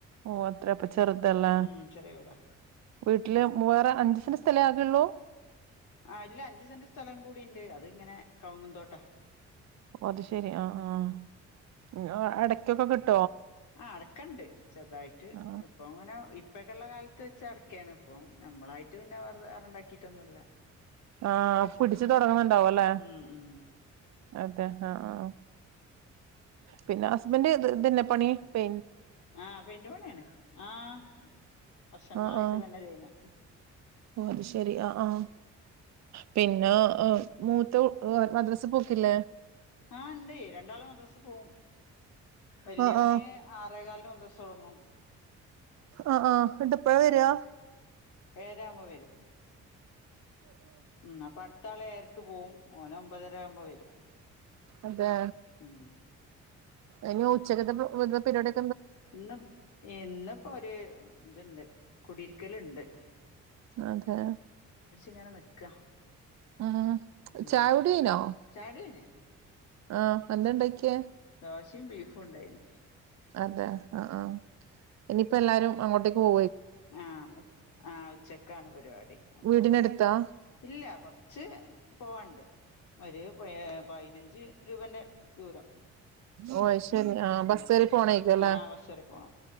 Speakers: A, on the right; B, on the left.
A: ഓ അത്ര അപ്പൊ ചെറുതല്ല
B: ഉം ചെറിയ വീടാ
A: വീട്ടില് വാറെ അഞ്ച് സ്ഥലേ ആകുള്ളൂ-
B: ആ ഇല്ല അഞ്ചു സെന്റ് സ്ഥലം കൂടി ഉണ്ട് അത് ഇങ്ങനെ കവങ്ങുംന്തോട്ടാ-
A: ഓ അത് ശെരി ആഹ് ആഹ് അടയ്ക്കൊക്കെ കിട്ട
B: ആഹ് അടക്കണ്ട് ചെറുതായിട്ട്
A: ആ
B: ഇപ്പൊ അങ്ങനെ ഇപ്പൊക്കെയള്ള കാലത്ത് വെച്ച അടക്കയാണ് ഇപ്പ നമ്മളായിട്ട് പിന്നെ വേറെണ്ടാക്കിയിട്ടൊന്നുമല്ല
A: ആഹ് പിടിച്ചു തുടങ്ങുന്നുണ്ടാവ അല്ലേ
B: ഉം ഉം
A: അതെ ആഹ ആഹ പിന്നെ ഹസ്ബൻഡ് ഇത് തന്നെപ്പണി പെ
B: ആഹ് പെയ്ന്റ് പണിന്നെ ആഹ് വർഷങ്ങളായിട്ട്
A: ആ ആ
B: ഇതന്നെ ചെയ്യുന്ന
A: ഓ അത് ശെരി ആഹ് ആഹ പിന്നെ പിന്ന മൂത്ത മദ്രസ് പോക്കില്ലേ
B: ആഹ് ഇണ്ട് രണ്ടാള് മദ്രസ് പോവും വലിയവന്
A: ആ ആ
B: ആറേകാലിന് മദ്രസ് തുടങ്ങും
A: ആ ആ എപ്പഴാ വരിക?
B: ഏഴരയാകുമ്പം വരും. ഉം അടുത്താള് എ പോവും. ഓൻ ഒമ്പതര ആവുമ്പോ വരും.
A: അതെ
B: ഉം
A: ഇനി ഉച്ചകത്തെ ഓ എന്താ പരുപാടി?
B: ഇന്ന് ഇന്നിപ്പോ ഒരു ഇതുണ്ട്. കുടിയിരിക്കല്ണ്ട്
A: അതെ
B: ഇങ്ങനെ നിക്കാ
A: ഉം.
B: ഉം
A: ചായ കുടി കഴിഞ്ഞോ?
B: ചായുടി കഴിഞ്ഞ്
A: ആ എന്താ ഉണ്ടാക്കിയെ?
B: ദോശയും ബീഫും ഉണ്ടായിന്.
A: അതെ ആ ആ ഇനി ഇപ്പം എല്ലാരും അങ്ങോട്ടേക്ക് പോ
B: ആ ആ ഉച്ചക്കാണ് പരിപാടി. അപ്പൊ
A: വീടിനടുത്താ
B: ഇല്ല കുറച്ച് പോവാണ്ട്. ഒരു പ പതിനഞ്ച് രൂപന്റെ ദൂരം.
A: ഓ ശരി ആ ബസ്
B: ഉം
A: കേറി പോണേക്കല്ലേ?
B: ആഹ് ബസ് വരെ പോണം